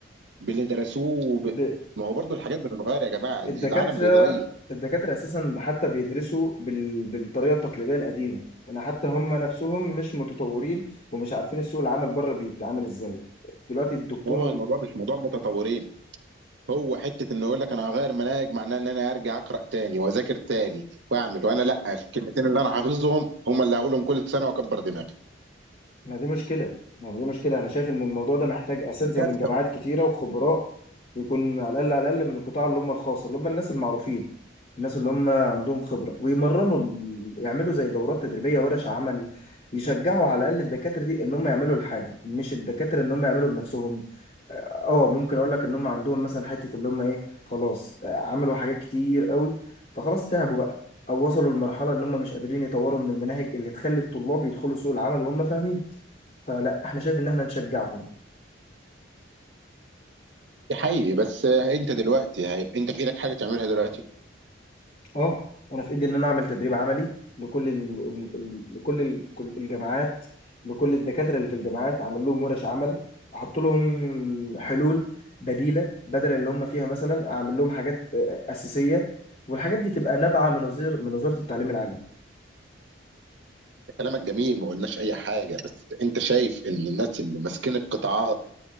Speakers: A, on the right; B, on the left.
A: باللي درسوه وب-
B: ب...
A: ما هو برضه الحاجات بتتغير يا جماعه
B: الدكاترة
A: العالم بيتغير
B: الدكاترة اساسا حتى بيدرسوا بال... بالطريقة التقليدية القديمة يعني حتى هم نفسهم مش متطورين ومش عارفين السوق العمل بره بيتعامل ازاي دلوقتي الدكتور
A: هو الموضوع مش موضوع متطورين هو حته انه يقول لك انا هغير مناهج معناه ان انا هرجع اقرا تاني واذاكر تاني واعمل وانا لا الكلمتين اللي انا حافظهم هم اللي هقولهم كل سنه واكبر دماغي
B: ما دي مشكلة ما دي مشكلة أنا شايف إن الموضوع ده محتاج أساتذة
A: دي كارثه
B: من جامعات كتيرة وخبراء يكون على الأقل على الأقل من القطاع اللي هم الخاص اللي هم الناس المعروفين الناس اللي هم عندهم خبرة ويمرنوا ال- يعملوا زي دورات تدريبية ورش عمل يشجعوا على الأقل الدكاترة دي إن هم يعملوا الحاجة مش الدكاترة إن هم يعملوا بنفسهم اه ممكن اقول لك ان هم عندهم مثلا حته اللي هم ايه خلاص آه، عملوا حاجات كتير قوي فخلاص تعبوا بقى او وصلوا لمرحله ان هم مش قادرين يطوروا من المناهج اللي تخلي الطلاب يدخلوا سوق العمل وهم فاهمين فلا احنا شايف ان احنا نشجعهم
A: دي حقيقي بس انت دلوقتي هيبقى انت في ايدك حاجه تعملها دلوقتي
B: اه انا في ايدي ان انا اعمل تدريب عملي لكل ال... ال- ال- لكل ال- كل الجامعات لكل الدكاتره اللي في الجامعات اعمل لهم ورش عمل احط لهم حلول بديله بدل اللي هم فيها مثلا اعمل لهم حاجات آه، آه، اساسيه والحاجات دي تبقى نابعه من وزير من وزاره التعليم العالي
A: كلامك جميل ما قلناش اي حاجه بس انت شايف ان الناس اللي ماسكين القطاعات